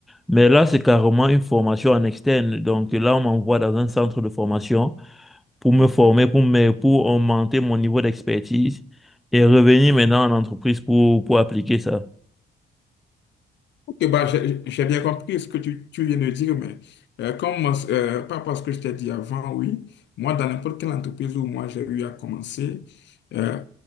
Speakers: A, in the centre; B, on the left.
A: Mais là, c'est carrément une formation en externe. Donc là, on m'envoie dans un centre de formation pour me former, pour me, pour augmenter mon niveau d'expertise et revenir maintenant en entreprise pour, pour appliquer ça.
B: Ok, bah, j'ai j'ai bien compris ce que tu, tu viens de dire, mais euh, comme moi, euh, par rapport à ce que je t'ai dit avant, oui, moi, dans n'importe quelle entreprise où moi j'ai eu à commencer, euh,